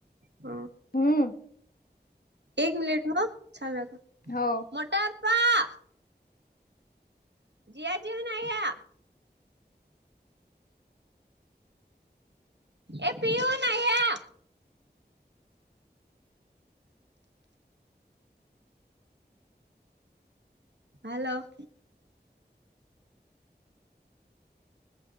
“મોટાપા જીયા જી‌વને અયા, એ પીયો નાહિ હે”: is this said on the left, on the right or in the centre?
Right